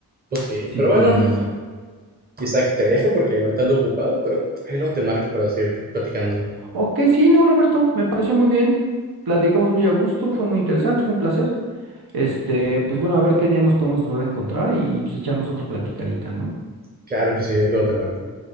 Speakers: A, on the right; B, on the right.
A: Pues sí,
B: sin
A: pero
B: problema.
A: bueno, Isaac, te dejo porque ahorita ando ocupado, pero ahí luego te marco para seguir platicando.
B: Ok, sí, no, Roberto, me pareció muy bien. Platicamos muy a gusto, fue muy interesante, fue un placer. Este, pues bueno, a ver qué día nos podemos volver a encontrar y pues echarnos otra platicadita, ¿no?
A: Claro que sí, ahí luego te marco.